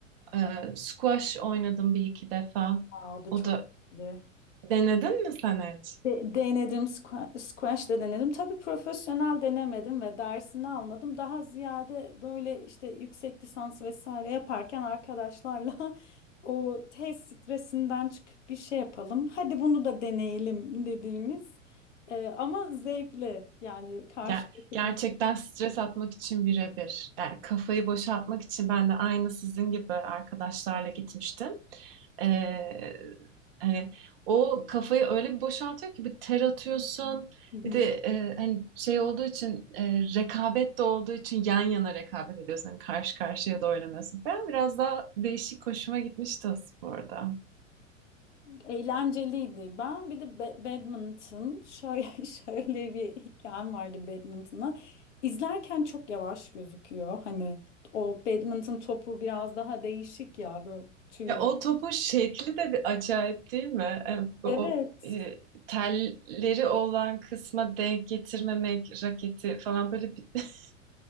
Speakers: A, on the right; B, on the left.
A: E, squash oynadım bir iki defa.
B: aa, o da
A: O
B: çok
A: da
B: iyi.
A: denedin mi sen hiç?
B: De- denedim, squa- squash de denedim. Tabii profesyonel denemedim ve dersini almadım. Daha ziyade böyle işte yüksek lisans vesaire yaparken arkadaşlarla <laughs> o tez stresinden çıkıp bir şey yapalım. Hadi bunu da deneyelim dediğimiz e, ama zevkli yani karşılıklı
A: Ger- gerçekten
B: bir...
A: stres atmak için birebir. Yani kafayı boşaltmak için ben de aynı sizin gibi arkadaşlarla gitmiştim. Ee, hani o kafayı öyle bir boşaltıyor ki bir ter atıyorsun.
B: Hı hı.
A: Bir de e, hani şey olduğu için e, rekabet de olduğu için yan yana rekabet ediyorsun. Hani karşı karşıya da oynamıyorsun falan. Biraz daha değişik hoşuma gitmişti o sporda.
B: Eğlenceliydi. Ben bir de ba- badminton şöyle <laughs> şöyle bir hikayem vardı badminton'a. İzlerken çok yavaş gözüküyor. Hani o badminton topu biraz daha değişik ya böyle tüy.
A: Ya o topun şekli de bir acayip değil mi? E, bu
B: Evet.
A: o e, telleri olan kısma denk getirmemek, raketi falan böyle bir <laughs>